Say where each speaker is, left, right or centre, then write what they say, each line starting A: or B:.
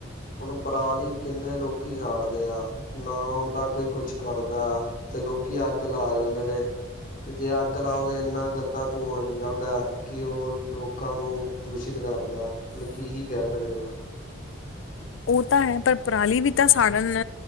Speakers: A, on the left (about 45°); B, on the left (about 70°).
A: ਉਹਨੂੰ ਪਰਾਲੀ ਕਿੰਨੇ ਲੋਕ ਲੋਕੀ ਸਾੜਦੇ ਆ, ਨਾ ਉਹਦਾ ਕੋਈ ਕੁਛ ਕਰਦਾ' ਤੇ ਲੋਕੀ ਅਗ। ਅੱਗ ਲਾ ਦਿੰਦੇ ਨੇ ਤੇ ਜੇ ਅੱਗ ਲਾਓਗੇ ਇੰਨਾ ਗੰਦਾ ਤੂੰਆਂ ਨਿਕਲਦਾ। ਕਿ ਉਹ ਲੋਕਾਂ ਨੂੰ ਦੂਸ਼ਿਤ ਕਰਦਾ ਉਹਨ ਕੀ ਹੀ ਕਹਿ ਸਕਦੇ ਹਾਂ।
B: ਉਹ ਤਾਂ ਹੈ ਪਰ ਪਰਾਲੀ ਵੀ ਤਾਂ ਸਾੜਨ